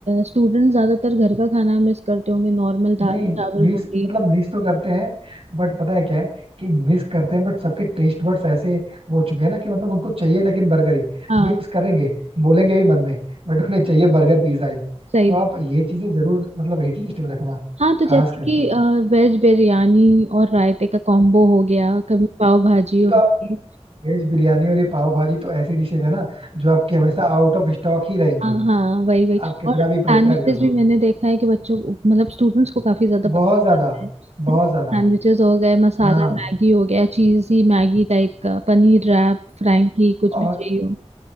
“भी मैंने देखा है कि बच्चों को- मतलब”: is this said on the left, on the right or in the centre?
Right